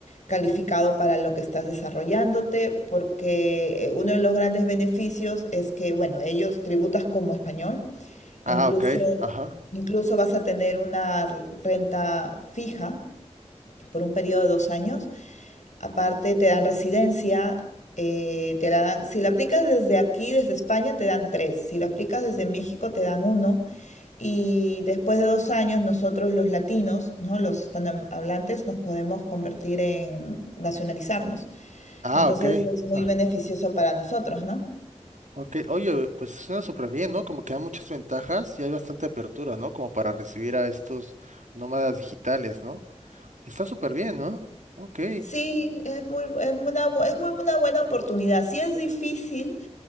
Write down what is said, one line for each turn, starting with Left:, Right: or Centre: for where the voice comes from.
Left: calificado para lo que estás desarrollándote, porque eh, uno de los grandes beneficios es que, bueno, ellos tributas como español Incluso,
Right: Ah, ok, ajá.
Left: incluso vas a tener una r- renta fija por un periodo de dos años. Aparte, te dan residencia, eh, te la dan, si la aplicas desde aquí, desde España, te dan tres. Si lo aplicas desde México, te dan uno. Y después de dos años, nosotros los latinos, ¿no? Los hispanohablantes, nos podemos convertir en nacionalizarnos.
Right: Ah,
Left: Entonces
Right: ok.
Left: es muy
Right: Ah,
Left: beneficioso para nosotros, ¿no?
Right: ok. Oye, pues suena súper bien, ¿no? Como que hay muchas ventajas y hay bastante apertura, ¿no? Como para recibir a estos nómadas digitales, ¿no? Está súper bien, ¿no? Ok.
Left: Sí, es muy, es una, bu- es muy una buena oportunidad. Sí es difícil,